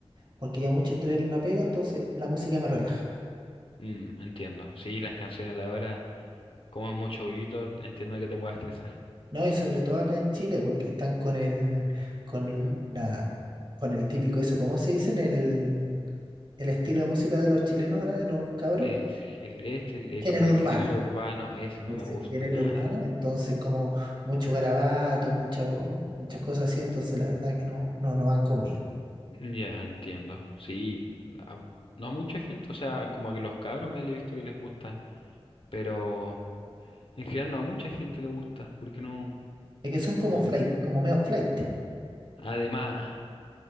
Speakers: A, on the right (about 50°); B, on the left (about 60°).
A: porque ya mucho estrés no pega, entonces la música me relaja.
B: Mm, entiendo. Sí, las canciones de ahora, como es mucho grito, entiendo que te pueda estresar.
A: No, y sobre todo acá en Chile, porque están con el, con
B: Uh,
A: la, con el típico eso, ¿cómo se dicen? El, el estilo de música de los chilenos ahora, de los cabros,
B: el, el este, el- eh,
A: género
B: como
A: urbano.
B: el género urbano, ese no
A: Ese
B: me gusta
A: género
B: nada.
A: urbano, entonces como mucho garabato, mucho, muchas cosas así, entonces la verdad que no, no, no van conmigo.
B: Ya, entiendo. Sí, a- no a mucha gente, o sea, como que los cabros me he visto que les gustan, pero en general no a mucha gente le gusta, porque no,
A: Es que son como
B: como,
A: flight, como medio flight.
B: además,